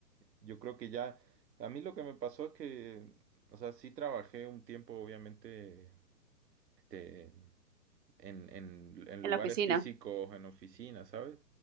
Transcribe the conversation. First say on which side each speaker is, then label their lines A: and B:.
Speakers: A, on the right (about 80°); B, on the right (about 50°).
A: Yo creo que ya, a mí lo que me pasó es que, o sea, sí trabajé un tiempo, obviamente, este, en, en- en
B: en
A: lugares
B: la oficina.
A: físicos, en oficinas, ¿sabes?